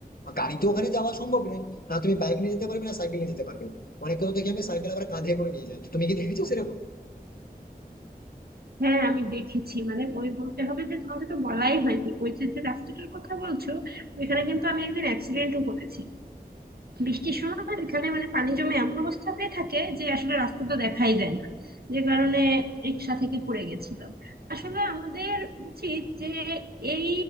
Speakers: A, on the left (about 65°); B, on the right (about 75°).
A: আর গাড়ি তো ওখানে যাওয়া সম্ভব নেই না তুমি বাইক নিয়ে যেতে পারবে না সাইকেল নিয়ে যেতে পারবে অনেকে তো দেখি আমি সাইকেল আবার কাঁধে করে নিয়ে যাই তো তুমি কি দেখেছো সেরকম
B: হ্যাঁ আমি দেখেছি মানে ওই বলতে হবে যে তোমাকে তো বলাই হয়নি ওই যে যে রাস্তাটার কথা বলছো ওইখানে কিন্তু আমি একদিন অ্যাক্সিডেন্টও করেছি বৃষ্টির সময় এখানে মানে পানি জমে এমন অবস্থা হয়ে থাকে যে আসলে রাস্তা তো দেখাই যায় না যে কারণে রিক্সা থেকে পড়ে গেছিলাম আসলে আমাদের উচিত যে এই